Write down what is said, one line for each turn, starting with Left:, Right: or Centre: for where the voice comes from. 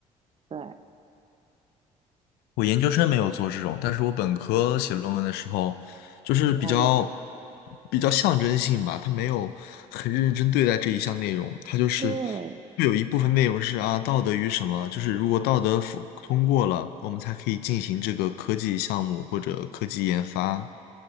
Right: 对，
Left: 我研究生没有做这种，但是我本科写论文的时候，就是比较
Right: 应该有。
Left: 比较象征性吧，他没有很认真对待这一项内容，他就是
Right: 对，
Left: 会有一部分内容是啊，道德与什么，就是如果道德符通过了，我们才可以进行这个科技项目或者科技研发。